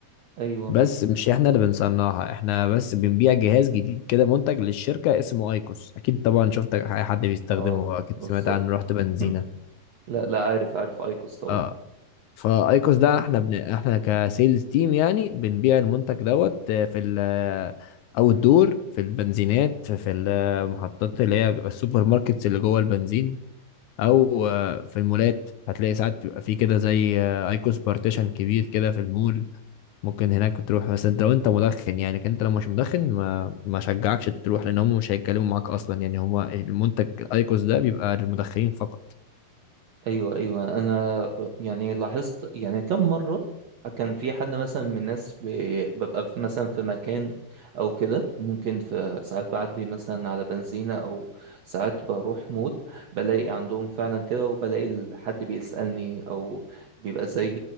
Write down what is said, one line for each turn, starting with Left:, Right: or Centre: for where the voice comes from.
Right: أيوه
Left: بس مش احنا اللي بنصنعها احنا بس بنبيع جهاز جديد كده منتج للشركة اسمه ايكوس اكيد طبعا شفت اي حد بيستخدمه
Right: أه
Left: اكيد
Right: بالظبط
Left: سمعت عنه رحت بنزينة
Right: <laughs> لا لا عارف عارف أيكوس طبعا
Left: اه فايكوس ده احنا بن... احنا كسيلز تيم يعني بنبيع المنتج دوت آه، في ال او الدور في البنزينات في المحطات اللي هي بيبقى السوبر ماركتس اللي جوه البنزين او آه، في المولات هتلاقي ساعات بيبقى في كده زي آه، ايكوس بارتيشن كبير كده في المول ممكن هناك تروح بس انت لو انت مدخن يعني لكن انت لو مش مدخن ما ما شجعكش تروح لان هم مش هيتكلموا معاك اصلا يعني هو المنتج الايكوس ده بيبقى للمدخنين فقط
Right: ايوه ايوه انا يعني لاحظت يعني كم مره كان في حد مثلا من الناس ب- ببقى في- مثلا في مكان او كده ممكن في ساعات بعدي مثلا على بنزينه او ساعات بروح مود بلاقي عندهم فعلا كده وبلاقي ال- حد بيسالني او بيبقى زي